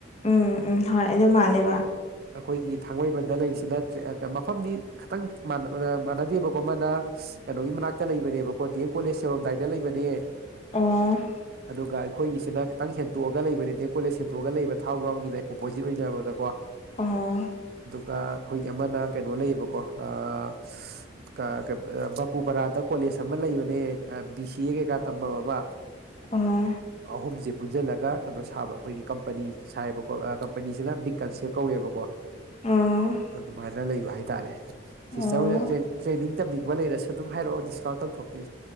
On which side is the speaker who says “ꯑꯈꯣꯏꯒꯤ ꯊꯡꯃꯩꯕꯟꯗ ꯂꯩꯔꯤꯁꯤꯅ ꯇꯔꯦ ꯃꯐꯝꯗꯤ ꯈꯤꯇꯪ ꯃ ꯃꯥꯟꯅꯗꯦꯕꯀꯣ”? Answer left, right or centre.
Right